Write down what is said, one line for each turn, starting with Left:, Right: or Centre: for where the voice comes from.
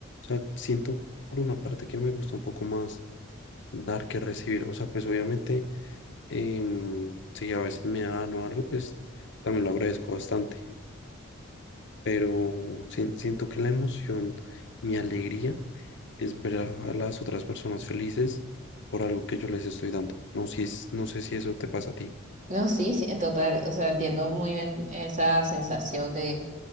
Left: sea, siento por una parte que me gusta un poco más dar que recibir. O sea, pues obviamente, em, si a veces me dan o algo, pues también lo agradezco bastante. Pero sien- siento que la emoción, mi alegría, es ver a, a las otras personas felices por algo que yo les estoy dando. No, si es, no sé si eso te pasa a ti.
Right: No, sí, sí, en total, o sea, entiendo muy bien esa sensación de,